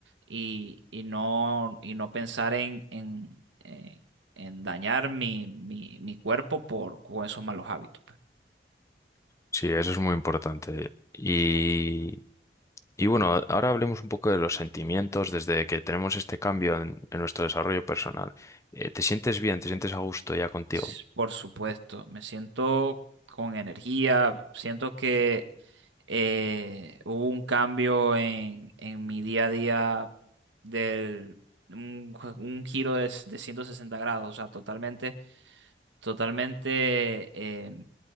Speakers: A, on the right (about 85°); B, on the left (about 15°).
A: y, y no, y no pensar en, en, en- en dañar mi, mi, mi cuerpo por, con esos malos hábitos.
B: sí, eso es muy importante. Y, y bueno, ahora hablemos un poco de los sentimientos desde que tenemos este cambio en, en nuestro desarrollo personal. Eh, ¿te sientes bien? ¿Te sientes a gusto ya contigo?
A: S- Por supuesto, me siento con energía, siento que eh, hubo un cambio en, en mi día a día del un, ju- un giro de, s- de 160 grados, o sea, totalmente, totalmente, eh,